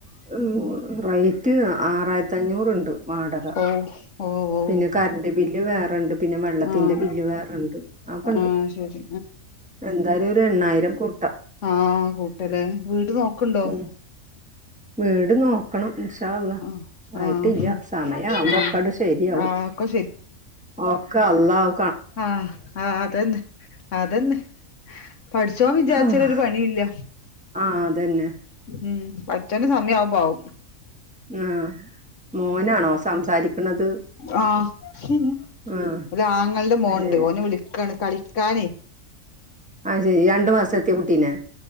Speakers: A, in the centre; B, on the left.
A: ഉ റേറ്റ് ആറായിരത്തി അഞ്ഞൂറ്ണ്ട് വാടക
B: ഓഹ് ഓഹ് ഓഹ്
A: പിന്നെ കറണ്ട് ബില്ല് വേറെണ്ട്, പിന്നെ വെള്ളത്തിന്റെ
B: ആഹ്
A: ബില്ല് വേറെണ്ട്. ആ കണ്ടു
B: ആഹ് ശരി
A: എന്തായാലും ഒരു എണ്ണായിരം കൂട്ട
B: ആഹ കൂട്ടലെ, വീട് നോക്ക്ണ്ടോ
A: ഉം വീട് നോക്കണം ഇൻഷാഅള്ള,
B: ആഹ്
A: ആയിട്ടില്ല
B: ആഹ്
A: സമയ ആവുമ്പോ
B: ആഹ്
A: ഒക്ക ശെ ശരിയാവും
B: ആഹ് ഒക്കെ
A: ഒക്കെ അള്ളാഹു
B: ആ ആ അതെന്നെ അതെന്നെ പടച്ചോൻ വിചാരിച്ചാൽ
A: ആഹ്
B: ഒരു പണിയുമില്ല
A: അതന്നെ
B: ഉം പടച്ചോന് സമയമാവുമ്പോ വൗ
A: ഉം മോനാണോ സംസാരിക്കണത്
B: ആ <unintelligible>
A: ആഹ്
B: അങ്ങളന്റെ മോനൊണ്ട്
A: അത് ശരി
B: ഓനെ വിളിക്കാണ് കളിക്കാനേ
A: അതെ രണ്ട് മാസമെത്തിയ കുട്ടീനെ